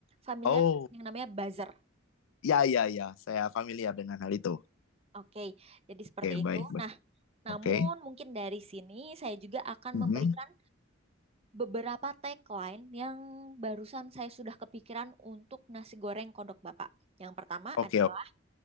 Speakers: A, on the right (about 30°); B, on the left (about 80°).
A: familiar
B: Oh,
A: yang namanya buzzer.
B: ya ya ya, saya familiar dengan hal itu.
A: Oke, jadi seperti
B: Oke
A: itu.
B: baik baik.
A: Nah, namun
B: Oke.
A: mungkin dari sini saya juga akan
B: Mhm.
A: memberikan beberapa tagline yang barusan saya sudah kepikiran untuk nasi goreng kodok Bapak. Yang pertama
B: Oke,
A: adalah
B: oke.